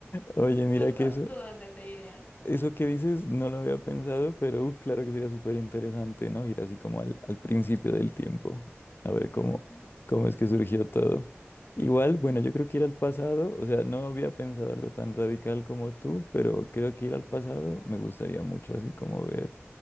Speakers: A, on the left; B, on the left.
A: Oye, mira
B: ¿Tú,
A: que
B: dó-
A: eso,
B: tú dónde te irías?
A: Eso que dices no lo había pensado, pero uf, claro que sería súper interesante, ¿no? Ir así como al, al principio del tiempo, a ver cómo,
B: Ujú.
A: cómo es que surgió todo. Igual, bueno, yo creo que ir al pasado, o sea, no había pensado algo tan radical como tú, pero creo que ir al pasado me gustaría mucho así como ver,